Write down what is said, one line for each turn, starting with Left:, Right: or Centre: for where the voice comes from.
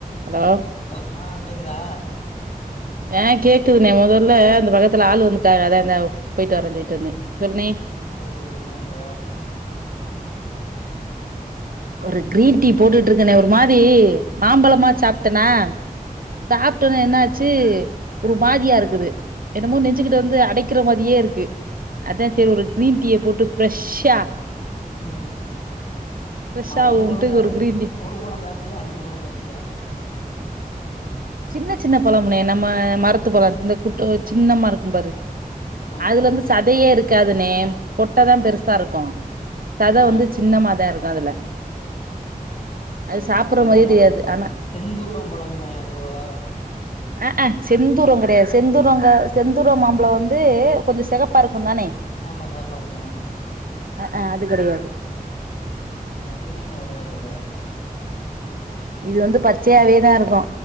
Right: அலோ
Left: ஹலோ ஆ கேக்குதா
Right: அ கேக்குதுண்ணே மொதல்ல அந்த பக்கத்துல ஆள் வந்துட்டாக அதா அந்த போயிட்டு வரேன் சொல்லிட்டு வந்தே சொல்ணே
Left: சேர் சேரி என்ன பண்ற
Right: ஒரு கிரீன் டீ போட்டுட்டு
Left: ஆ
Right: இருக்கணே ஒரு மாரி மாம்பழமா சாப்ட்டனா சாப்ட்டொனே என்னாச்சு ஒரு மாதியாரு க்குது என்னமோ நெஞ்சுக்கிட்ட வந்து அடைக்கிற மாதியே இருக்கு அதா சேரி ஒரு கிரீன் டீய போட்டு ஃப்ரஷ்ஷா
Left: ம்
Right: ஃப்ரெஷ்ஷாவுன்ட்டு
Left: மா ஒரு பழந்தானோ
Right: ஒரு கிரீன் டீ
Left: ஒரு பழோ சாப்டியா அஞ்சு பழோ சாப்டியா
Right: சின்ன சின்ன பழம்னே நம்ம மரத்து பழோ இந்த குட்டோ சின்னமா இருக்கும் பாரு
Left: ஆமா
Right: அதுலந்து சதையே இருக்காதுண்ணே கொட்டதா பெருசா
Left: ம்
Right: இருக்கு சத
Left: ஆ
Right: வந்து சின்னமாதா இருக்கு அதுல
Left: சேரி
Right: சாப்புட்ற
Left: சேரி அது
Right: மாரியே
Left: ஏமார
Right: தெரியாது ஆனா
Left: செந்தூரம் பழோன் சொல்லுவாய்ங்க அதுவா
Right: அ அ செந்தூரோ கெடையாது செந்தூரோங்க செந்தூரோ மாம்பழோ வந்து கொஞ்சோ செகப்பாருக்குந் தானே
Left: ஆமா செவப்பா இருக்கு அ
Right: அ அ அது கெடையாது
Left: அ அது இல்லனா வேற எத சொல்லுத
Right: இது வந்து பச்சையாவேதா இருக்கு